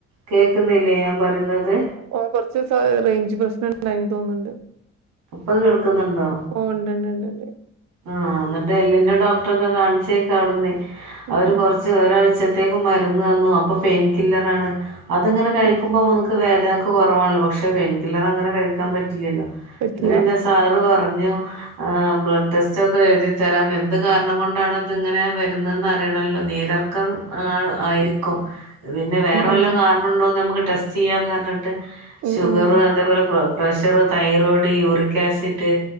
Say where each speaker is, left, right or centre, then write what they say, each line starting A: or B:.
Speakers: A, on the right; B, on the right.
A: കേൾക്കുന്നില്ലേ ഞാൻ പറയുന്നത്
B: ഓ കുറച്ച് റേഞ്ച് പ്രശ്നംണ്ടായിനി തോന്നുന്നുണ്ട്
A: ഇപ്പ കേൾക്കുന്നുണ്ടോ
B: ഓ ഉണ്ട്ണ്ട് ഉണ്ട്ണ്ട്
A: ആഹ് എന്നിട്ട് എല്ലിന്റെ ഡോക്ടർ ഒക്കെ കാണിച്ചേക്ക അവിടുന്ന
B: ഉം
A: അവര്
B: ഉം
A: കൊറച്ച് ഒരാഴ്ചത്തേക്ക് മരുന്ന് വന്നു അപ്പൊ പെയിൻ കില്ലറാണ് അത്ങ്ങനെ
B: ഉം
A: കഴിക്കുമ്പോ
B: ഉം
A: ന വേദനൊക്കെ കുറവാണല്ല പക്ഷെ പെയിൻ കില്ലർ അങ്ങനെ കഴിക്കാൻ പറ്റില്ലല്ലോ
B: പറ്റില്ല
A: അഹ് പിന്നെ സാറ് പറഞ്ഞു് ബ്ലഡ് ടെസ്റ്റ് ഇച്ചക്കെ എഴുതിത്തരാം എന്ത് കാരണം കൊണ്ടാണ് ഇതി ഇങ്ങനെ വരുന്നതെന്ന് അറിയണമല്ലോ നീരർക്കം ആഹ് ആയിരിക്കും പിന്നെ വേറെ
B: ഉം
A: വല്ല
B: ഉം
A: കാരണംമ ഉണ്ടോകും നമുക്ക് ടെസ്റ്റ് ചെയ്യാന്ന് പറഞ്ഞിട്ട്
B: ഉം
A: ഷുഗറ്
B: ഉം
A: അതേപോലെ പ്രഷർ തൈറോയിഡ് യൂറിക് ആസിഡ്